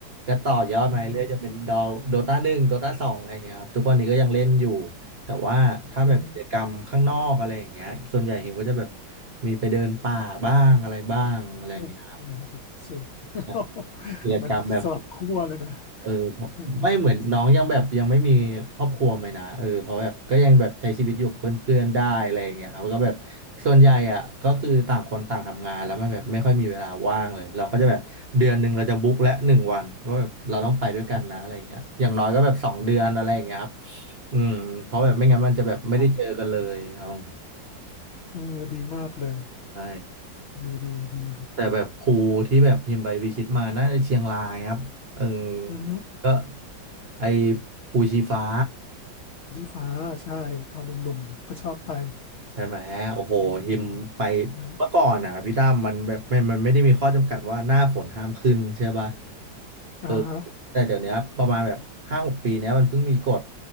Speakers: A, on the right (about 45°); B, on the left (about 70°).
A: ก็ต่อยอดมาเรื่อยจะเป็นดอโดตาหนึ่งโดตาสองอะไรอย่างเงี้ยครับทุกวันนี้ก็ยังเล่นอยู่
B: อืม
A: แต่ว่าถ้าแบบกิจกรรมข้างนอกอะไรอย่างเงี้ยส่วนใหญ่หิมก็จะแบบ
B: นะ
A: มีไปเดินป่าบ้างอะไรบ้างอะไรอย่างเงี้ยครับ
B: โอ้โห สุด สุด <laughs>
A: ใช่กิจกรรมแบบ
B: มันสลับขั้วเลยนะ
A: เออเพราะไม่เหมือนน้องยังแบบยังไม่มีครอบครัวไหมนะเออเพราะแบบก็ยังแบบใช้ชีวิตอยู่กับเพื่อนๆได้อะไรอย่างเงี้ยครับแล้วก็แบบ
B: เออ
A: ส่วนใหญ่อ่ะก็คือต่างคนต่างทำงานแล้วมันแบบไม่ค่อยมีเวลาว่างเลยเราก็จะแบบเดือนหนึ่งเราจะบุ๊กและหนึ่งวันว่าแบบเราต้องไปด้วยกันนะอะไรอย่างเงี้ยอย่างน้อยก็แบบสองเดือนอะไรอย่างเงี้ยครับอืมเพราะแบบไม่งั้นมันจะแบบไม่ได้เจอกันเลยครับ
B: ดังเออดีมากเลย
A: ใช่
B: ดีดีดี
A: แต่แบบภูที่แบบพิมพ์ใบวิชิตมาน่าจะเชียงรายครับเออ
B: อือฮึ
A: ก็ไอภูชีฟ้า
B: ยี่ฟ้าใช่ตอนหนุ่มๆก็ชอบไป
A: ใช่ไหมโอ้โหหิมไป
B: อืมใช่
A: เมื่อก่อนอ่ะพี่ตั้มมันแบบมันมันไม่ได้มีข้อจำกัดว่าหน้าฝนห้ามขึ้นใช่ป่ะเออ
B: อ่าฮะ
A: แต่เดี๋ยวเนี้ยประมาณแบบห้าหกปีเนี้ยมันเพิ่งมีกฎ